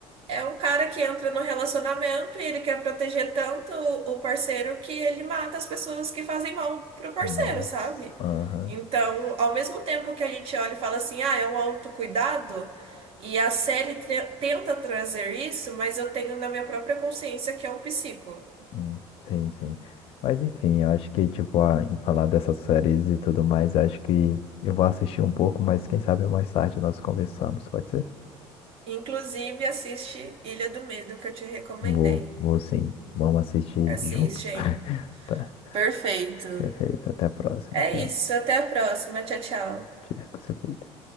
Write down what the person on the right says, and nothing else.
É um cara que entra no relacionamento e ele quer proteger tanto o o parceiro que ele mata as pessoas que fazem mal pro parceiro,
sabe?
Então, ao mesmo tempo que a gente olha e fala assim, ah, é um autocuidado, e a série tre- tenta trazer isso, mas eu tenho na minha própria consciência que é um psico.
Inclusive, assiste Ilha do Medo, que eu te recomendei.
Assiste,
hein?
Perfeito.
É
isso, até a próxima. Tchau, tchau.